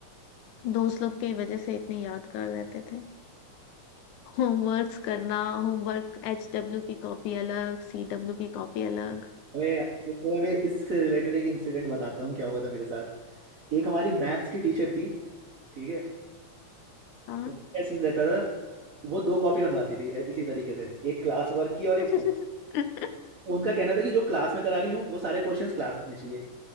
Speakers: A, on the left; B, on the right.
A: दोस्त लोग की वजह से इतने यादगार रहते थे होमवर्क्स करना होमवर्क एच डब्ल्यू की कॉपी अलग सी डब्ल्यू की कॉपी अलग
B: मैं देखो मैं इससे रिलेटेड एक इंसिडेंट बताता हूँ क्या हुआ था मेरे साथ एक हमारी मैथ्स की टीचर थी ठीक है
A: हाँ
B: क्या सीन रहता था वो दो कॉपी बनवाती थी ए- इसी तरीके से एक क्लास वर्क की और एक
A: <laughs>
B: होम उनका कहना था कि जो क्लास में करा रही हूँ वो सारे क्वेश्चंस क्लास में होने चाहिए